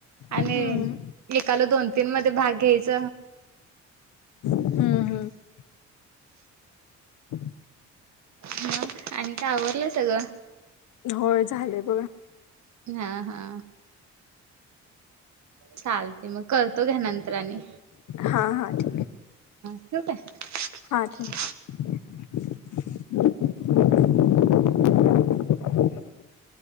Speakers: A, on the right (about 65°); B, on the left (about 80°).
A: आणि
B: हम्म
A: एकाला दोन तीन मध्ये भाग घ्यायच.
B: हम्म हम्म. <unintelligible>
A: मग आणि काय आवरडलं सगळं.
B: होय झाले बघा
A: हा हा चालते मग करतो घ्या नंतर आणि
B: हा हा ठीक आहे.
A: ठेऊ काय
B: हा ठेव. <unintelligible>